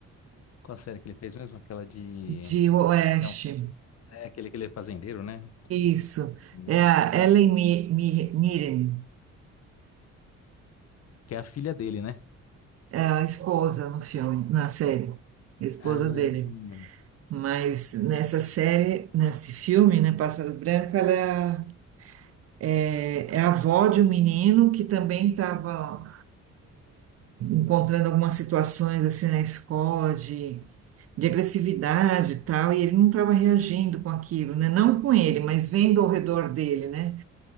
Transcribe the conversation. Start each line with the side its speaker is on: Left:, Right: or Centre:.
Left: Qual a série que ele fez mesmo? Aquela de.
Right: De Oeste.
Left: É, um- é aquele, aquele fazendeiro, né?
Right: Isso.
Left: Nossa,
Right: É a
Left: tá
Right: Ellen Mi- Mi- Mirren.
Left: que é a filha dele, né?
Right: é a esposa no filme, na série, a esposa
Left: Ah,
Right: dele. Mas nessa série, nesse filme, né, Pássaro Branco, ela é, é é a avó de um menino que também estava encontrando algumas situações assim na escola de, de agressividade e tal, e ele não estava reagindo com aquilo, né? Não com ele, mas vendo ao redor dele, né?